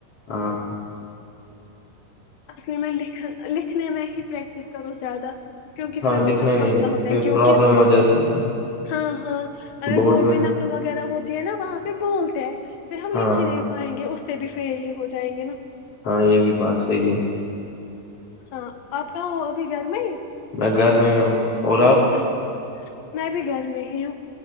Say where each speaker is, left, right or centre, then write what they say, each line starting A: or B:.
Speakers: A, on the left; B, on the left.
A: ہاں
B: اصلی میں لکھنا لکھنے میں ہی پرییکٹس کرو زیادہ کیونکہ
A: ہاں
B: پھر
A: لکھنے
B: تب
A: میں
B: مسئلہ
A: ہی
B: ہوتا
A: پھر
B: ہے کیونکہ
A: پرابلم ہو جاتی ہے نا
B: ہاں ہاں اگر
A: بورڈز
B: بورڈ میں نقل
A: تو
B: وغیرہ ہو جو نا وہاں پہ بولتے ہیں پھر ہم
A: ہاں
B: لکھ ہی نہیں پائیں گے اس سے بھی فیل ہی ہو جائیں گے نا
A: ہاں یہ بھی بات صحیح ہے
B: ہاں آپ کہاں ہو ابھی گھر میں ہی
A: میں گھر میں ہی ہوں اور آپ
B: اچھا میں بھی گھر میں ہی ہوں